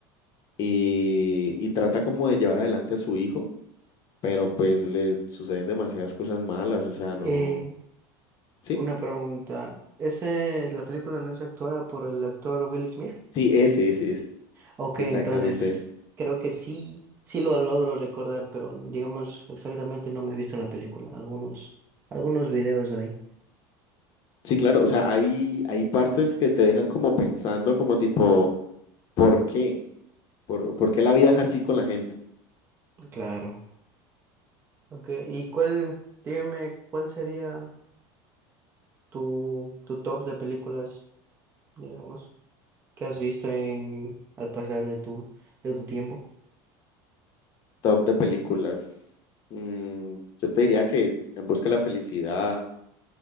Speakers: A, on the left (about 40°); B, on the right (about 20°).
A: y, y trata como de llevar adelante a su hijo, pero pues le suceden demasiadas cosas malas, o sea, no...
B: Eh,
A: Sí,
B: Una pregunta. ¿Esa es la película no es actuada por el actor Will Smith?
A: sí, ese, ese, ese,
B: Ok,
A: exactamente
B: entonces
A: ese.
B: creo que sí, sí lo logro recordar, pero digamos exactamente no me he visto la película. Algunos, algunos videos ahí.
A: Sí, claro, o sea, hay, hay partes que te dejan como pensando como tipo, ¿por qué? ¿Por, por qué la vida es así con la gente?
B: Claro. Ok, ¿y cuál, dígame, cuál sería tu, tu top de películas, digamos, que has visto en al pasar de tu, de tu tiempo?
A: Top de películas. Mm, yo te diría que En busca de la felicidad